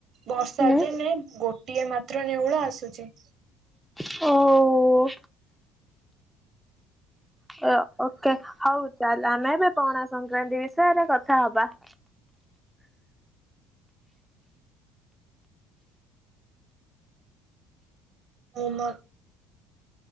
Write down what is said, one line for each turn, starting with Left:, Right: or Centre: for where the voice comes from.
Right: ବର୍ଷା
Centre: ହୁଁ
Right: ଦିନେ ଗୋଟିଏ ମାତ୍ର ନେଉଳ ଆସୁଛି।
Centre: ହୋ ଓ ଓ ଓକେ ହଉ ଚାଲ ଆମେ ଏବେ ପଣା ସଂକ୍ରାନ୍ତି ବିଷୟରେ କଥା ହବା। <inaudible>
Right: ମୁଁ ମ